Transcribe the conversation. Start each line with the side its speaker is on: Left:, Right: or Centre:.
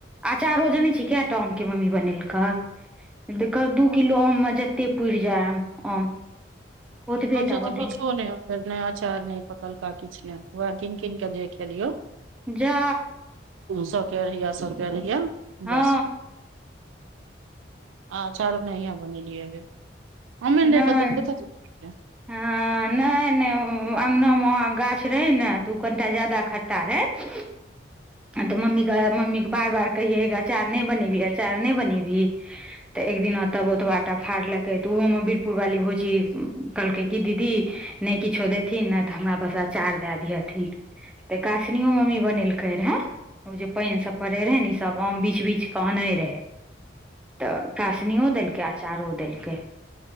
Centre: अचारो जनै छै केटा आमके मम्मी बनेलकै एक दू किलो आममे जते पुरि जाय आम ओतबेटा
Right: हँ, किछु
Centre: बनेलकै
Right: नहि रहै, अचार नहि पकलका किछुओ ने। ओहि किन किन कऽ देख लियौ
Centre: जा
Right: सके रहैय, सके रहै
Centre: हँ
Right: बस आ चारू नहि अहाँ बने रहियै, हममे ने रहि
Centre: नहि
Right: कऽ तऽ कथ क
Centre: हँ नहि नहि अङ्गनामे गाछ रहै ने तऽ ओ कनिटा जााद खट्टा रहै आ तऽ मम्मीके मम्मीके बार बार कहियै ग अचार नहि बनेबही, अचार नहि बनेबही तऽ एक दिना तऽ ओतबा टा फाड़लकै तऽ ओहोमे बीरपुर वाली भोजी कहलकै कि दीदी नहि किछुओ देथिन ने तऽ हमरा बस अचार दऽ दिहथिन तऽ कष्टसँ मम्मी बनेलकै रहए ओ जे पानि सभ पड़ै रहै ने ई सभ आम बिछ बिछ कऽ आनै रहै तऽ कासनिओ देलकै अचारो देलकै